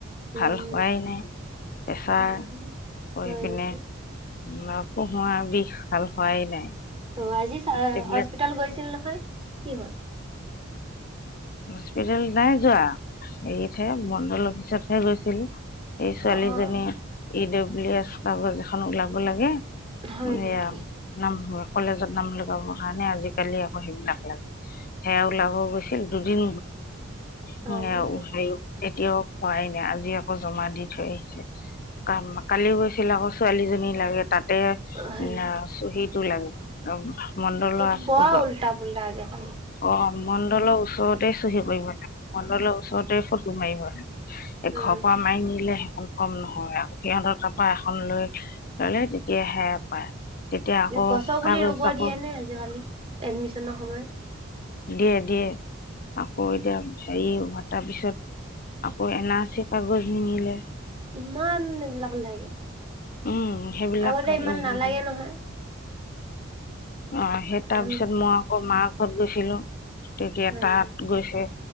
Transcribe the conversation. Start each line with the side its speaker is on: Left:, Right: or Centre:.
Right: উম
Left: ভাল হোৱাই নাই প্ৰেছা
Right: উম
Left: কৰি
Right: হয়
Left: পিনে
Right: নেকি
Left: <unintelligible> বিষ ভাল হোৱাই নাই
Right: অ আজি
Left: টেবলেট
Right: হস্পিতাল গৈছিল নহয়। কি হল?
Left: হস্পিতেল নাই যোৱা। হেৰিতহে মণ্ডল অফিচতহে গৈছিল। এই ছোৱালীজনীয়ে
Right: অ',
Left: <inaudible> <unintelligible> কাগজ এখনক ওলাব লাগে
Right: হয় নেকি?
Left: এয়া নাম ঘৰত। কলেজত নাম লগাবৰ কাৰণে আজিকালি আকৌ সেইবিলাক লাগে। সেয়া ওলাব গৈছিল দুদিন
Right: হয়
Left: হ'ল
Right: নেকি
Left: <unintelligible> কেতিয়াও খোৱাই নাই, আজি আকৌ জমা দি থৈ আহিছে। কালি গৈছিল আকৌ ছোৱালীজনী লাগে তাত এ
Right: অ', হয়
Left: <unintelligible>
Right: নেকি
Left: <unintelligible> মণ্ডল
Right: সেইটো
Left: আ
Right: বৰ
Left: উ
Right: উল্টা পুল্টা আজিকালি।
Left: অ অ। মণ্ডল উছ চতে চহী কৰিব <inaudible> মণ্ডলৰ ওচৰতে ফটো মাৰিব। এ
Right: উম,
Left: ঘৰ পোৱা মাৰ নিলে কম নহয় আৰু সিহঁতৰ তাৰ পৰা এখন লৈ ল'লে তেতিয়া সেয় পায়। তেতিয়া আকৌ
Right: এ গছৰ পুলি
Left: কাগজ
Right: ৰুব
Left: আকৌ
Right: দিয়ে নে আজিকালি এডমিচনৰ সময়
Left: দিয়ে-দিয়ে আকৌ এতিয়া হেই মাতা পিছত আকৌ এন আ চি পা গৈ সি নিলে ৷
Right: ইমান এইবিলাক লাগে <unintelligible>
Left: উম সেইবিলাক
Right: আগতে
Left: কাগজ
Right: ইমান নালাগে
Left: লাগিল
Right: নহয় ৷
Left: অ সেই তাৰ
Right: আম
Left: পিছত মই আকৌ মাক <inaudible> খৰদশিল <unintelligible> তেতিয়া
Right: হয়
Left: তাত গৈছে ৷